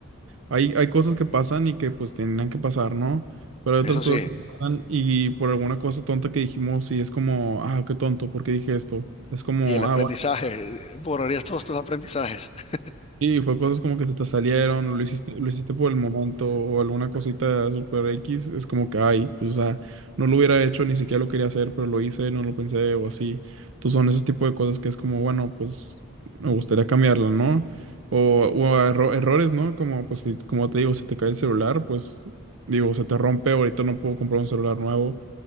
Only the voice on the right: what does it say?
Hay, hay cosas que pasan y que pues tendrían que pasar, ¿no? Pero hay
otras cosas
que pasan y por alguna cosa tonta que dijimos, sí, es como, ah, qué tonto, ¿por qué dije esto? Es como,
ah, bueno,
Sí, fue cosas como que se te salieron, o lo hiciste, lo hiciste por el momento, o alguna cosita super X, es como que, ay, pues, o sea, no lo hubiera hecho, ni siquiera lo quería hacer, pero lo hice, no lo pensé, o así. Entonces son esos tipos de cosas que es como, bueno, pues, me gustaría cambiarla ¿no? O, o erro- errores, ¿no? Como, pues, si- como te digo, se te cae el celular, pues, digo, se te rompe, ahorita no puedo comprar un celular nuevo,